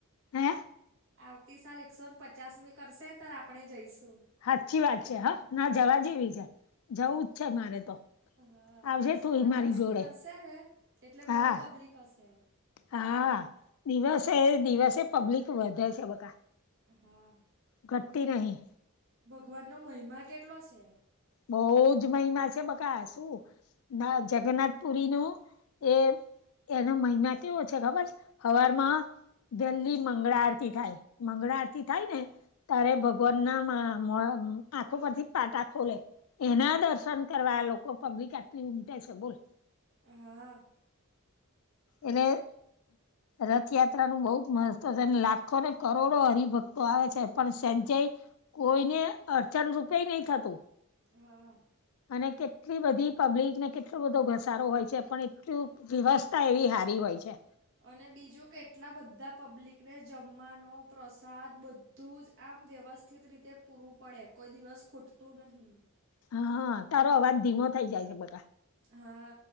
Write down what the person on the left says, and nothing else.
હે?
હાચી વાત છે હા ના જવા જેવી છે જવું જ છે મારે તો.
આવજે
તું
મારી જોડે
હા
હા દિવસે દિવસે પબ્લિક વધે છે બકા.
ઘટતી નહી
બહુજ મહિમા છે બકા શું ના જગન્નાથ પુરી નો એ એનો મહિમા તેવો છે ખબર છ હવારમાં દિલ્હી મંગળા આરતી થાય મંગળા આરતી થાય ને તારે ભગવાન ના માં મોડા આંખો પરથી પાટા ખોલે. એના દર્શન કરવા આ લોકો પબ્લિક આટલી ઉમટે છે બોલો
અને રથયાત્રાનું બહુ જ મહત્વ છે લાખોને કરોડો હરિભક્તો આવે છે પણ સંજય કોઈને અડચણ રૂપે નહીં થતું.
અને કેટલી બધી પબ્લિકને કેટલો બધો ઘસારો હોય છે પણ એટલું દિવસ એવી હારી હોય છે.
હા હા તારો અવાજ ધીમો થઈ જાય છે.